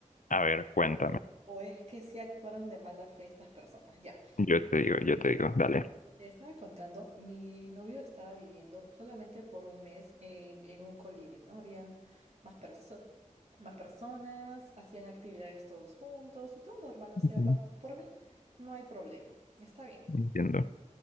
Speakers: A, on the left (about 80°); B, on the right (about 55°).
A: A ver, cuéntame.
B: o, o es que sí actuaron de mala fe estas personas. Ya.
A: Yo te digo, yo te digo, dale.
B: Te estaba contando, mi novio estaba viviendo solamente por un mes en, en un coliving ¿no? Habían más, perso- más personas, hacían actividades todos juntos y todo normal, o sea,
A: Ujú.
B: pa- por mí no hay problema, está bien.
A: Entiendo.